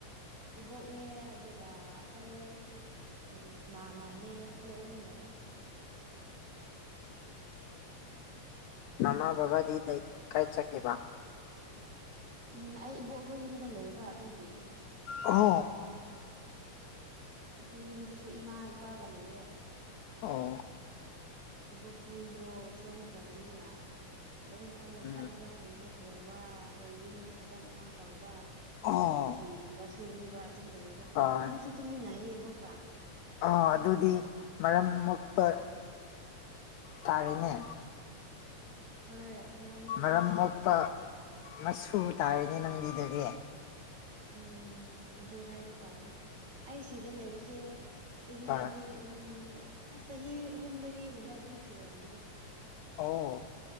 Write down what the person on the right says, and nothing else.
ꯏꯕꯣꯛꯅꯦ ꯑꯗꯨꯒ ꯑꯩꯈꯣꯏ ꯎꯝ ꯃꯥ ꯃꯥꯅꯦ ꯑꯩꯈꯣꯏ ꯑꯍꯨꯝ ꯂꯩ
ꯎꯝ ꯑꯩ ꯏꯕꯣꯛꯍꯈꯣꯏ ꯌꯨꯝꯗ ꯂꯩꯕ ꯑꯗꯨꯒꯤ
ꯑꯩꯈꯣꯏ ꯌꯨꯝꯗꯁꯨ ꯏꯃꯥ ꯏꯄꯥꯒ ꯂꯩꯌꯦ
ꯏꯕꯣꯛꯈꯣꯏꯗꯣ ꯁꯣꯟꯈ꯭ꯔꯕꯅꯤꯅ ꯑꯗꯨꯝ ꯑꯩꯅ
ꯆꯥꯛ ꯏꯟꯁꯥꯡꯒꯨꯝꯕ ꯊꯣꯡꯕ ꯑꯗꯩ ꯌꯨꯝꯒꯤ ꯊꯕꯛ ꯏꯪꯈꯥꯡ ꯇꯧꯕ
ꯑꯗ ꯐꯤꯒꯨꯝꯕ ꯁꯨꯕꯤꯕ ꯑꯗꯨꯝ ꯂꯩꯌꯦꯕ
ꯇꯨꯝꯁꯨ ꯇꯨꯃꯤꯟꯅꯩꯕꯣꯀꯣ
ꯍꯣꯏ ꯃꯔꯝ ꯃꯣꯛꯄꯅꯤ
ꯎꯝ ꯑꯗꯨ ꯍꯥꯏꯕ ꯇꯥꯔꯦ ꯑꯩ ꯁꯤꯗ ꯂꯩꯕꯁꯦ ꯆꯍꯤ
ꯑꯅꯤ ꯑꯍꯨꯝꯛ ꯑꯁ ꯆꯍꯤ ꯑꯍꯨꯝ ꯃꯔꯤꯒꯨꯝꯕ ꯑꯗꯨꯝ ꯁꯨꯔꯑꯝꯅꯤ